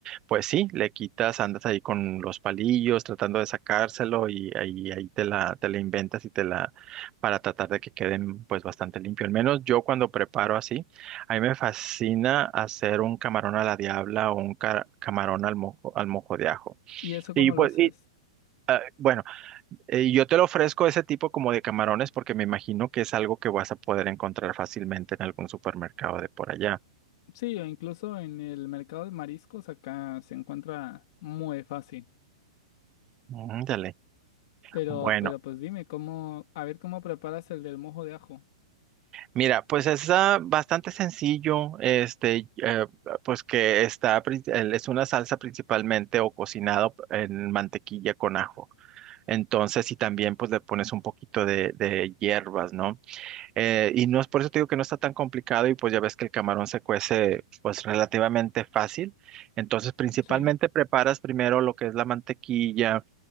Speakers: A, on the right; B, on the left.
A: Pues sí, le quitas, andas ahí con los palillos tratando de sacárselo y ahí, ahí te la, te la inventas y te la, para tratar de que queden pues bastante limpio. Al menos yo cuando preparo así, a mí me fascina hacer un camarón a la diabla o un ca- camarón al mojo, al mojo de ajo.
B: ¿Y eso cómo
A: Y pues,
B: lo haces?
A: y, bueno, eh, yo te lo ofrezco ese tipo como de camarones porque me imagino que es algo que vas a poder encontrar fácilmente en algún supermercado de por allá.
B: Sí, o incluso en el mercado de mariscos acá se encuentra muy fácil.
A: Ándale.
B: Pero,
A: Bueno.
B: pero pues dime, ¿cómo, a ver cómo preparas el del mojo de ajo?
A: Mira, pues es ah, bastante sencillo, este, eh, pues que está, pri- el- es una salsa principalmente o cocinado en mantequilla con ajo. Entonces, y también pues le pones un poquito de, de hierbas, ¿no? Eh, y no es por eso te digo que no está tan complicado y pues ya ves que el camarón se cuece pues relativamente fácil. Entonces, principalmente
B: Sí,
A: preparas primero lo que es la mantequilla